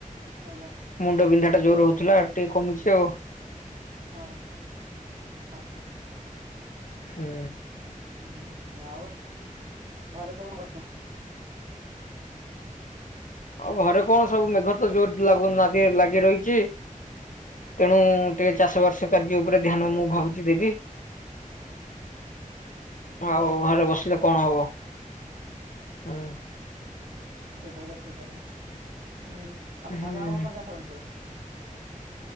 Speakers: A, on the right (about 70°); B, on the left (about 65°).
A: ଆଜ୍ଞା
B: ମୁଣ୍ଡ ବିନ୍ଧା ଟା ଜୋର ହଉଥିଲା ଟିକେ କମିଛି ଆଉ
A: ଓହ ହଁ
B: ହୁଁ
A: ହୁଁ ଆଉ ଘରେ ସବୁ କ କରୁଛନ୍ତି
B: ଆଉ ଘରେ କଣ ସବୁ ମେଘ ତ ଜୋର ଲାଗୁନାହାନ୍ତି ଲାଗି ରହିଛି ତେଣୁ ଟିକେ ଚାଷବାର୍ସ କାର୍ଯ୍ୟ ଉପରେ ଧ୍ୟାନ ମୁଁ ଭାବୁଛି ଦେବି ଆଉ
A: ଆଜ୍ଞା
B: ଘରେ ବସିଲେ କଣ ହବ ହୁଁ
A: ସେଟା ବି ତ ଠିକ୍ କଥା ଉଁ
B: ହୁଁ।
A: ଆପଣ କଣ ପଞ୍ଜା ଖେଲନ୍ତୁ